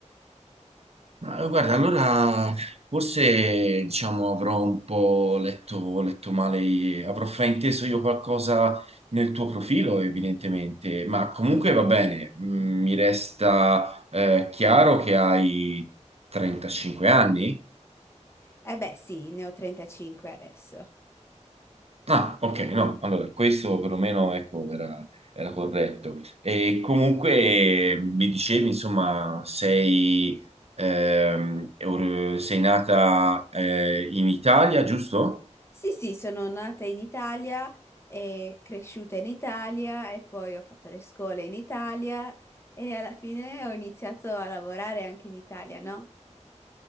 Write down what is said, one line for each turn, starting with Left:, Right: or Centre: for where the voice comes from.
Right: Ma eh, guarda, allora forse diciamo avrò un po' letto, letto male, eh, avrò frainteso io qualcosa nel tuo profilo, evidentemente. Ma comunque va bene, mm, mi resta eh, chiaro che hai 35 anni.
Left: Eh beh, sì, ne ho 35 adesso.
Right: Ah, ok, no, allora questo perlomeno ecco, era, era corretto. E comunque eh, mi dicevi, insomma, sei, ehm, or- sei nata eh, in Italia, giusto?
Left: Sì, sì, sono nata in Italia e cresciuta in Italia e poi ho fatto le scuole in Italia e alla fine ho iniziato a lavorare anche in Italia, no?